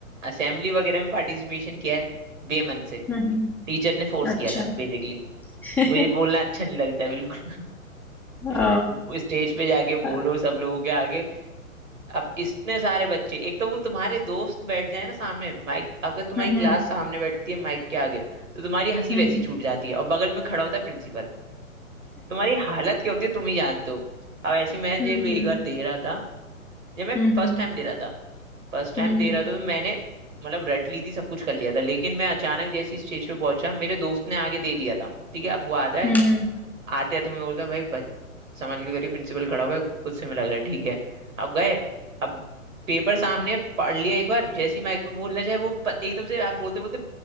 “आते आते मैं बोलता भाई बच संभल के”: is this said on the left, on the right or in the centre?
Right